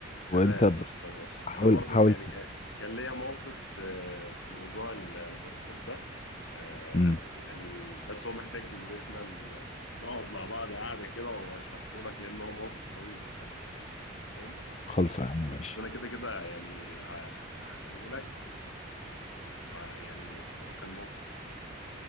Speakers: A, on the left (about 35°); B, on the left (about 80°).
A: وانت
B: تمام
A: ب-
B: قشطه ماشي
A: حاول
B: انا برضو
A: حاول
B: يعني
A: ت-
B: كان كان ليا موقف آه، في موضوع ال- الباركور ده آه،
A: مم.
B: يعني بس هو محتاج ان احنا ن- نقعد مع بعض قاعده كده واشرحه لك لان هو موقف طويل الصراحه فاهم
A: خلص يا عم ماشي
B: بس انا كده كده يعني هحكيه لك ويعني هو كان موقف